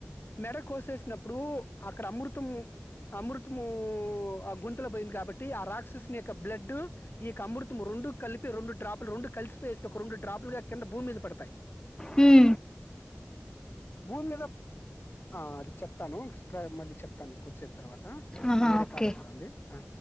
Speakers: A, on the left (about 50°); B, on the left (about 15°).
A: మెడ కోసేసినప్పుడు అక్కడ అమృతము అమృతమూ ఆ గుంతలో పోయింది కాబట్టి ఆ రాక్షసుని యొక్క బ్లడ్డు ఈ కమృతం రొండు కలిపి రెండు డ్రాప్లు రెండు కలిసిపోయేస్తే ఒక రొండు డ్రాప్లుగా కింద భూమి మీద పడతాయి
B: మ్మ్
A: భూమి మీద ఆ అది చెప్తాను <unintelligible> మళ్ళీ చెప్తాను కొద్దిసేపు తర్వాత
B: ఆహా
A: కు వేరే
B: ఓకే
A: కాల్ వస్తాంది ఆ